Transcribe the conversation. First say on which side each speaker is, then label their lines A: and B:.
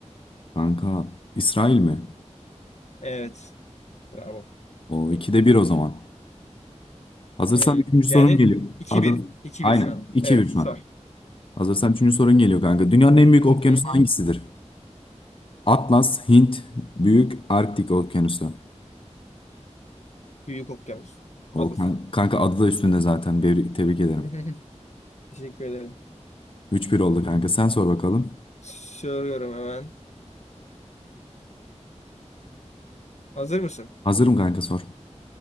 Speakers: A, on the left (about 45°); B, on the left (about 70°).
A: kanka İsrail mi?
B: Evet. Bravo.
A: O 2'de bir o zaman. Hazırsan
B: Hmm.
A: üçüncü sorum
B: Yani
A: geliyor.
B: iki
A: Hazır.
B: bir, iki
A: Aynen.
B: bir şu an.
A: iki
B: Evet.
A: bir şu
B: sar.
A: an. Hazırsan üçüncü sorun geliyor kanka. Dünyanın en büyük okyanusu
B: Hı hı.
A: hangisidir? Atlas, Hint, Büyük Arktik Okyanusu.
B: Büyük okyanus.
A: O
B: Ados.
A: kan- kanka adı da üstünde zaten. Bir, tebrik ederim.
B: <laughs> Teşekkür ederim.
A: Üç bir oldu kanka. Sen sor bakalım.
B: Soruyorum hemen. Hazır mısın?
A: Hazırım kanka sor.